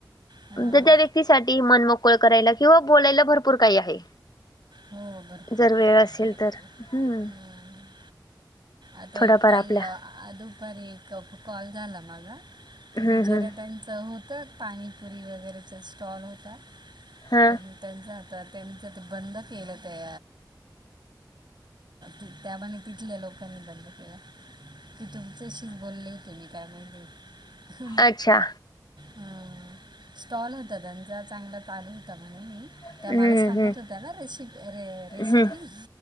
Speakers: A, on the right; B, on the left.
A: हां.
B: तर त्या व्यक्तीसाठी. मनमोकळ करायला किंवा बोलायला भरपूर काही आहे.
A: हो भरपूर
B: जर
A: पण
B: वेळ
A: आहे
B: असेल
A: बरोबर.
B: तर हम्म.
A: हं. आता
B: थोडाफार
A: एक ताई
B: आपल्या
A: दुपारी एक कॉल झाला माझा तर
B: हम्म
A: बिचऱ्यात बिचार्या
B: हम्म
A: त्यानं चं होतं पाणीपुरी वगैरेचा स्टॉल होता
B: हा
A: तर. त्यांच आता, त्यांचं ते बंद केलं त्या अ त्याबाणे तिथल्या लोक. यांनी बंद केला तुमचशी बोलले तुही काय माहिती हम
B: अच्छा.
A: अ स्टॉल होता त्यांचा चांगला चालू होता म्हणे मी.
B: हम्म
A: त्या मला सांगत
B: हम्म
A: होत्या ना रेसिप रे रेसिपी
B: हम्म